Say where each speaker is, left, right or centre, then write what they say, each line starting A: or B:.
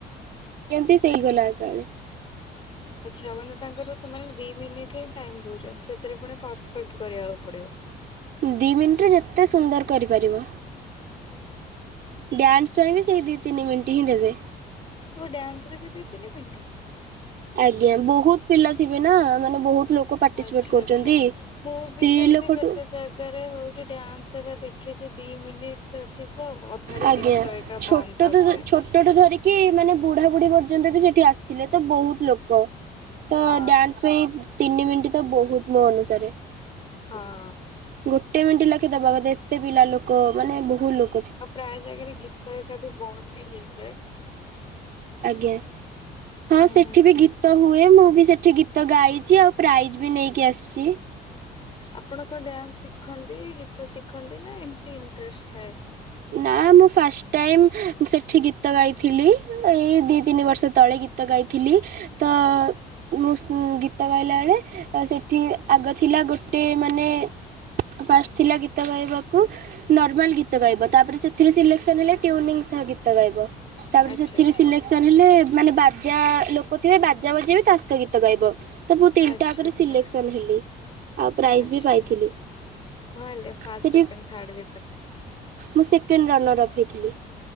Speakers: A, on the right (about 60°); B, on the left (about 30°).
A: କେମିତି ସେଇଗଲା ଏକାଳେ।
B: ଆଚ୍ଛା ମାନେ ତାଙ୍କର ସେମାନେ ଦିମିନିଟ୍ ହିଁ ଟାଇମ୍ ଦଉଚନ୍ତି ସେଥିରେ ପୁଣି ପରଫେକ୍ଟ କରିବାକୁ ପଡ଼ିବ। <inaudible>
A: ଦି ମିଣ୍ଟି ରେ ଯେତେ ସୁନ୍ଦର କରିପାରିବ
B: ମସ୍ତ
A: ଡ୍ୟାନ୍ସ
B: ପୋଷାକ।
A: ପାଇଁ ବି ସେଇ ଦି ତିନି ମିଣ୍ଟି ହିଁ ଦେବେ।
B: ଓଃ ଡ୍ୟାନ୍ସ ରେ ବି ଦି ତିନି ମିଣ୍ଟି।
A: ଆଜ୍ଞା ବହୁତ ପିଲା ଥିବେ ନା ମାନେ ବହୁତ ଲୋକ ପାର୍ଟିସିପେଟ
B: ଆଚ୍ଛା
A: କରୁଛନ୍ତି
B: ଆଚ୍ଛା ମୁଁ
A: ସ୍ତ୍ରୀ
B: ବି ସେମିତି
A: ଲୋକଠୁ
B: କେତେ ଜାଗାରେ ହଉଚି ଡ୍ୟାନ୍ସ ରେ ଦେଖିଚି ଦି ମିନିଟ୍ ଭିତରେ ଥିବ ଅ ଠାରୁ
A: ଆଜ୍ଞା।
B: ଗୀତ ଏକା
A: ଛୋଟ
B: ବନ୍ଦ କରିଦିଅନ୍ତି।
A: ଠୁ ଛୋଟଠୁ ଧରିକି ମାନେ ବୁଢ଼ାବୁଢ଼ୀ ପର୍ଯ୍ୟନ୍ତ ବି ସେଠି ଆସିଥିଲେ ତ ବହୁତ ଲୋକ କ ତ
B: ହଁ
A: ଡ୍ୟାନ୍ସ ପାଇଁ ତିନି ମିନିଟ ତ ବହୁତ ମୋ ଅନୁସାରେ।
B: ହଁ।
A: ଗୋଟେ ମିଣ୍ଟି ଲାଖେ ଦବା କଥା ଏତେ ପିଲା ଲୋକ ମାନେ ବହୁ ଲୋ
B: ଆଉ ପ୍ରାୟ ଜାଗାରେ ଗୀତ ଏକା ବି ବନ୍ଦ ବି ହେଇଯାଏ।
A: ଆଜ୍ଞା ହଁ
B: ହୁଁ।
A: ସେଠି ବି ଗୀତ ହୁଏ ମୁଁ ବି ସେଠି ଗୀତ ତ ଗାଇଚି ଆଉ ପ୍ରାଇଜ୍ ବି ନେଇକି ଆସିଚି।
B: ଆପଣ କଣ ଡ୍ୟାନ୍ସ ଶିଖନ୍ତି ଗୀତ ଶିଖନ୍ତି ନା ଏମିତି ଇଣ୍ଟରେଷ୍ଟ ଥାଏ।
A: ନା ମୁଁ ଫାଷ୍ଟ ଟାଇମ ସେଠି ଗୀତ ଗାଇଥିଲି। ଏଇ ଦି ତିନି ବର୍ଷ ତଳେ ଗୀତ ଗାଇଥିଲି ତ ମୁଁ ସୁ ଗୀତ ଗାଇଲା ବେଳେ ସେଠି ଆଗ ଥିଲା ଗୋଟେ ମାନେ ଫାଷ୍ଟ ଥିଲା ଗୀତ ଗାଇବାକୁ ନର୍ମାଲ ଗୀତ ଗାଇବା ତାପରେ ସେଥିରେ ସିଲେକସନ ହେଲେ ଟିଉନିଙ୍ଗ ସହ ଗୀତ ଗାଇବ ତାପରେ
B: ଆଚ୍ଛା
A: ସେଥିରେ
B: ଆଚ୍ଛା
A: ସିଲେକ୍ସ ଚାଲିଲେ ମାନେ ବାଜା ଲୋକ ଥିବେ ବାଜା ବଜେଇବେ ତା ସହିତ ଗୀତ ଗାଇବ। ତ ମୁଁ ତିନିଟା
B: ଆଚ୍ଛା
A: ଆକରେ
B: ଆଚ୍ଛା
A: ସିଲେକ୍ସନ ହେଲି। ଆଉ ପ୍ରାଇଜ୍
B: ଆଚ୍ଛା
A: ବି ପାଇଥିଲି
B: କଂ ହେଲେ ଫାଷ୍ଟ
A: ସେଠି
B: ସେକଣ୍ଡ ଥାର୍ଡ ଭିତରୁ।
A: ମୁଁ ସେକେଣ୍ଡ ରନର୍ ଅପ୍ ହେଇଥିଲି